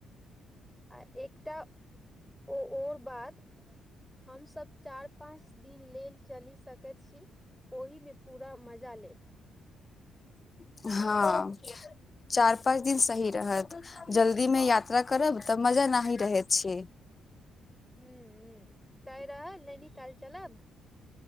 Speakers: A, in the centre; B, on the left.
A: आ एकटा ओ ओर बाथ हमसब चारि पाँच दिन लेल चलि सकैत छी ओहि मे पूरा मजा लेब
B: हँ चार पाँच दिन सही रहत जल्दी मे यात्रा करब तऽ मजा ना ही रहैत छै
A: हूँ त रहल नैनी काल चलब